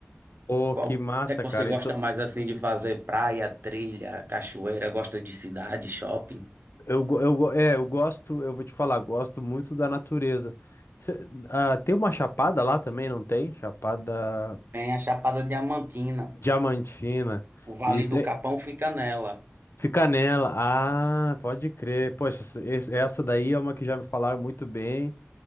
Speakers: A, on the left; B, on the right.
A: Pô,
B: Qual
A: que massa,
B: é que você
A: cara.
B: gosta mais assim de fazer? Praia, trilha, cachoeira, gosta de cidade, shopping?
A: Eu, go- eu, go- é, eu gosto, eu vou te falar, gosto muito da natureza. Cê- ah, tem uma chapada lá também, não tem? Chapada
B: Tem a Chapada Diamantina.
A: Diamantina.
B: O Vale
A: Isso,
B: do
A: é,
B: Capão fica nela.
A: fica nela. Ah, pode crer. Poxa, esse- esse- essa daí é uma que já me falaram muito bem